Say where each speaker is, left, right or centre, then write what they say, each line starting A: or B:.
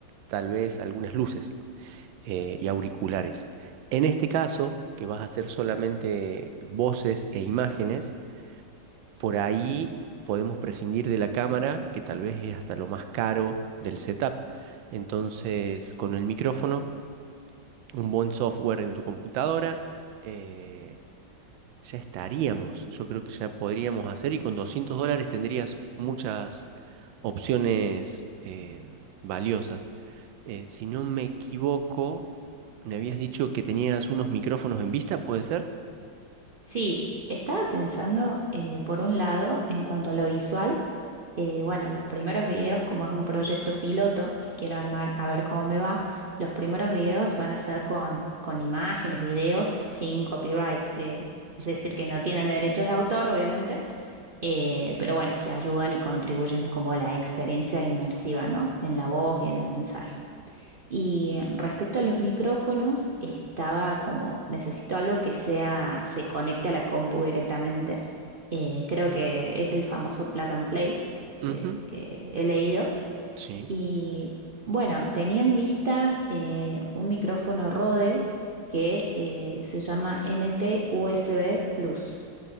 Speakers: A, on the right; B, on the right.
A: tal vez algunas luces eh, y auriculares. En este caso, que vas a hacer solamente voces e imágenes, por ahí podemos prescindir de la cámara, que tal vez es hasta lo más caro del setup. Entonces, con el micrófono, un buen software en tu computadora, eh, ya estaríamos. Yo creo que ya podríamos hacer y con 200 dólares tendrías muchas opciones eh, valiosas. Eh, si no me equivoco, me habías dicho que tenías unos micrófonos en vista, ¿puede ser?
B: Sí, estaba pensando, eh, por un lado, en cuanto a lo visual, eh, bueno, los primeros videos, como es un proyecto piloto que quiero armar a ver cómo me va, los primeros videos van a ser con, con imágenes, videos sin copyright, eh,
A: Sí.
B: es decir, que no tienen derechos de autor, obviamente, eh, pero bueno, que ayudan y contribuyen como a la experiencia inmersiva, ¿no? En la voz y en el mensaje. Y respecto a los micrófonos, estaba como, necesito algo que sea, se conecte a la compu directamente. Eh, creo que es el famoso plug and play
A: Ujú,
B: que, que he leído.
A: Sí.
B: Y bueno, tenía en vista eh, un micrófono Rode que eh, se llama NT-USB Plus.